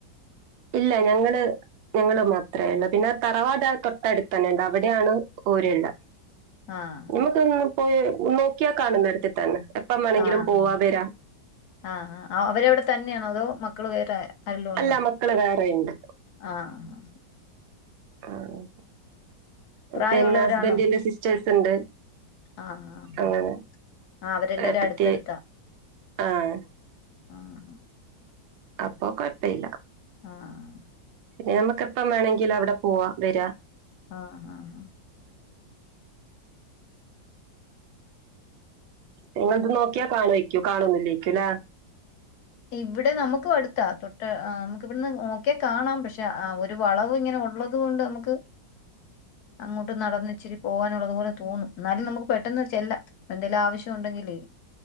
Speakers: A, on the right; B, on the left.
A: ഇല്ല ഞങ്ങള് ഞങ്ങള് മാത്രേ ഉള്ളൂ പിന്നെ തറവാട് തൊട്ടടുത്ത് തന്നെണ്ട് അവിടെയാണ് പൊര ഉള്ളെ
B: ആഹ്
A: നമുക്കൊന്ന് പോയി നോക്കിയാൽ കാണും നെരത്തിൽ തന്നെ എപ്പം വേണമെങ്കിലും
B: ആഹ്
A: പോവാ വരാം
B: ആഹ് ആഹ് അവരവിടെ തന്നെയാണോ അതോ മക്കള് വേറെ ആരെല്ലും ഉണ്ടോ
A: അല്ല മക്കള് വേറെയുണ്ട്
B: ആഹ്
A: ആഹ്
B: പ്രായമുള്ളവരാണോ
A: പിന്നെ ഹസ്ബൻറിന്റെ സിസ്റ്റേഴ്സ് ഉണ്ട്
B: ആഹ് ആഹ്
A: അങ്ങനെ
B: ആഹ് അവരെല്ലാരും
A: ഏട്ടത്തി
B: അടുത്തടുത്താ
A: ആഹ്
B: ആഹ് ഹ
A: അപ്പം കൊഴപ്പം ഇല്ല
B: ആഹ് ഹ
A: പിന്നെ നമുക്ക് എപ്പം വേണമെങ്കിലും അവിടെ പോവാം വരാം
B: ആഹ് ഹഹ് ഹ
A: നിങ്ങള്ത് നോക്കിയാ കാണുമായിരിക്കും കാണും ഒന്നില്ലേക്കും അല്ലേ
B: ഇവിടെ നമുക്കും അടുത്താ തൊട്ട് നമുക്ക് ഇവിടുന്ന് നോക്കിയാൽ കാണാം പക്ഷെ ആ ഒരു വളവ് ഇങ്ങനെ ഉള്ളത് കൊണ്ട് നമുക്ക് അങ്ങോട്ട് നടന്ന് ഇച്ചിരി പോകാനുള്ളതു പോലെ തോന്നും എന്നാലും നമുക്ക് പെട്ടെന്ന് ചെല്ലാം എന്തേങ്കിലും ആവശ്യം ഉണ്ടെങ്കിലെ